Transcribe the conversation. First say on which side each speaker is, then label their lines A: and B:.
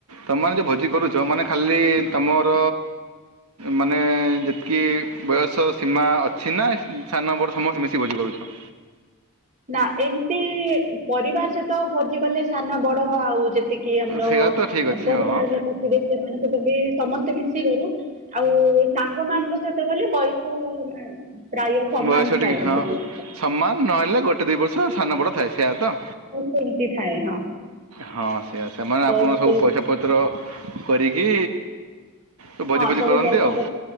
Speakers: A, on the right; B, on the right.
A: ତମେମାନେ ଯୋଉ ଭୋଜି କରୁଛ ମାନେ ଖାଲି ତମର ମାନେ ଯେତିକି ବୟସସୀମା ଅଛି ନା ସାନ ବଡ଼ ସମସ୍ତେ ମିଶିକି ଭୋଜି କରୁଛ?
B: ନା ଏମତି ପରିବାର ସହିତ ଭୋଜି କଲେ ସାନ ବଡ ଆଉ ଯେଟିକି କି ଆମର
A: ସେଇଆ ତ ଠିକ୍ ଅଛି
B: ପରିବାର
A: ହଁ ହଁ
B: ଲୋକ ଥିବେ ସେମାନଙ୍କ ବି ସମସ୍ତେ ମିଶିକରୁ। ଆଉ ସାଙ୍ଗ ମାନଙ୍କ ସହିତ ଗଲେ ବୟସ <unintelligible> ପ୍ରାୟ ସମାନ
A: ବୟସ
B: ଥାଏ
A: ଟିକେ ହଁ
B: ଅଧିକ।
A: ସମାନ ନହେଲେ ଗୋଟେ ଦୁଇ ବର୍ଷ ସାନ ବଡ଼ ଥାଏ ସେଇଆ ତ।
B: ହଉ ସେମିତି ଥାଏ ହଁ।
A: ହଁ ସେଇୟା ସେମାନେ ଆପଣ
B: ତ
A: ସବୁ
B: ସେ
A: ପଇସା ପତ୍ର କରିକି ତ ଭୋଜି
B: ହଁ
A: ଫୋଜି
B: ସବୁ
A: କରନ୍ତି
B: ପଇସା
A: ଆଉ
B: ପତ୍ର